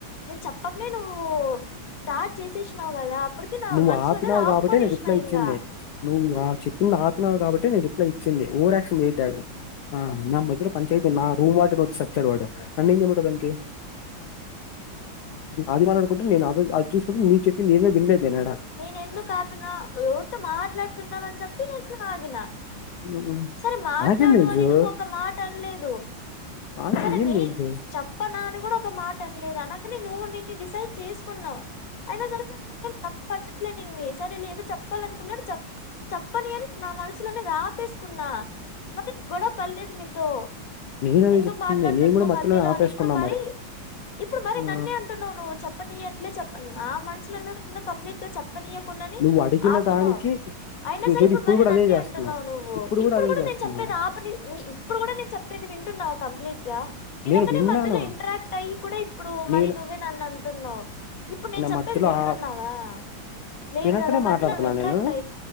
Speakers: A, on the left (about 45°); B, on the left (about 65°).
A: నేను చెప్పకనే నువ్వు స్టార్ట్ చేసేసినావు్ కదా అప్పటికి నా
B: నువ్వు
A: మనసులోనేది
B: ఆపినావు
A: ఆపుకొనేసినా
B: కాబట్టి నేను రిప్లై ఇచ్చింది
A: ఇంగా
B: నువ్వు ఆ చెప్పింది ఆపినావు కాబట్టి నేను రిప్లై ఇచ్చింది ఓవర్క్షన్ చెయ్యదు యాడ ఆ నా మధ్యలో పంచయతీ నా రూమ్ వాటిని వచ్చిచ్చాడు వాడు నన్ను ఏం చెమంటాదంట్ది ఆదిమా అడుకుంటే నేను అద అది చూస్తుకుంటే నీను చెప్పింది నేమ వినలేదు తినాడు
A: నేను ఎందుకు ఆపిన ఎవరితో మాట్లాడుతున్నావ అని చెప్పి నేన్న ఆగిన
B: ఉమ్,
A: సరే మాట్లాడు
B: నాకేం తెలుసు
A: అని నువ్వు ఒక మాట అనలేదు
B: నాకు
A: సరే
B: ఏం
A: నీ
B: తెలుసు
A: చేప్పనాని కూడా మాట అనలేదు అనకని నువ్వు నే డిసైడ్ చేసుకున్నావు అయినా సరే సరే నేనేేం తప్ప పట్టట్లేదు నిన్నీ సరే లేదో చెప్పాలనుకున్నాడు చెప్పని అని నా మనసులోనే అది ఆపేసుకున్నా మరి గొడవ పడలేదు నీతో
B: నేను అదే
A: ఎందుకు
B: చెప్తుంది.
A: మాట్లాడుతున్నావు
B: నేను కూడా మధ్యలోనే
A: మధ్యలో
B: ఆపేసుకున్నా
A: అని ఇప్పుడు మరి ఇప్పుడు మరి
B: ఆ
A: నన్నే అంటున్నావు నువ్వు చెప్పనియట్లే చెప్ప నా మనసులు అన్న ఇంకా కంప్లీట్గా చెప్ప పనియ్వకుండా అని
B: నువ్వు అడిగిన
A: ఆపినావు
B: దానికి
A: అయినా
B: నువ్వు
A: సరే
B: చూడు
A: ఇప్పుడు మర
B: కూడా అదే
A: అన్నీ
B: చేస్తున్నావు
A: అంటున్నావు నువ్వు ఇప్పుడు
B: అదే
A: కూడా
B: చేస్తున్నావు
A: నేను చెప్పేది ఆ పని ఇప్పుడు కూడా నేను చెప్పేది వింటున్నావ గా వినకనే
B: నేను విన్నాను
A: మధ్యలో ఇంటరాక్ట్ అయ్యి కూడా ఇప్పుడు
B: నేను
A: మరి నువ్వే నన్ను అంటున్నావు ఇప్పుడు నేను చెప్పేది
B: మధ్యలో
A: వింటున్నావా
B: ఆ
A: లేదు
B: వినకనే
A: కదా మధ్యలో
B: మాట్లాడుతున్నా
A: ఇంట్రాక్ట్
B: నేను
A: అయి